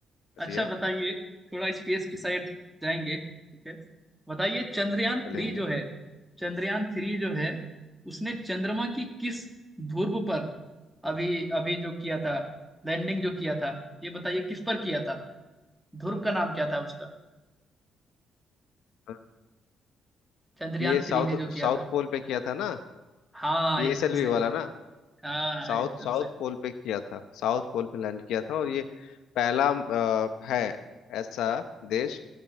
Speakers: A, on the left; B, in the centre.
A: बढ़िया
B: अच्छा बताइए थोड़ा स्पेस की साइड जाएंगे ठीक है बताइए चंद्रयान
A: चलेंगे
B: थ्री जो है चंद्रयान थ्री जो है उसने चंद्रमा की किस ध्रुव पर अभी अभी जो किया था लैंडिंग जो किया था ये बताइए किस पर किया था ध्रुव का नाम क्या था उसका
A: हाँ,
B: चंद्रयान
A: ये साउथ
B: थ्री ने जो किया
A: साउथ
B: था
A: पोल पे किया था ना
B: हाँ
A: पीएसएलवी
B: एकदम सही
A: वाला
B: बोल रहे
A: ना
B: हैं। हाँ हाँ
A: साउथ
B: एकदम
A: साउथ
B: सही
A: पोल पे किया था साउथ पोल पे लैंड किया था और ये पहला आ, है ऐसा देश